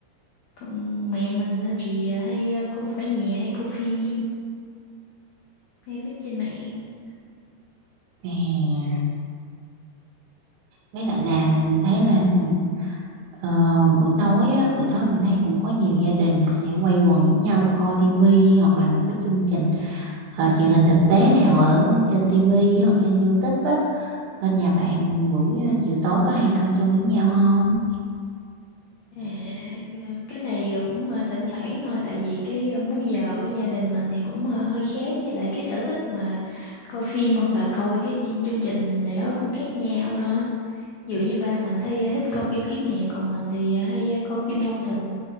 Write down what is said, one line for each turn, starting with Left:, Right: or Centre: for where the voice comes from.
Left: còn mẹ mình á thì ờ, hay ờ, cô ở nhà hay cô phim hay lướt trên mạng
Right: nè với lại là mình thấy là ờ, buổi tối á, buổi tối mình thấy cũng có nhiều gia đình là sẽ quây quần với nhau coi tivi hoặc là một cái chương trình ờ, truyền hình thực tế nào ở trên tivi hoặc trên YouTube á bên nhà bạn buổi ờ, chiều tối có hay coi chung với nhau không
Left: à, ờ, cái này ờ, cũng ờ, thỉnh thoảng thôi tại vì cái ờ, múi giờ của gia đình mình thì cũng ờ, hơi khác với lại cái sở thích mà coi phim hoặc là coi cái chương chương trình này đó cũng khác nhau nữa ví dụ như ba mình thấy ờ, thích coi phim kiếm hiệp còn mình thì ờ, hay ờ, coi phim ngôn tình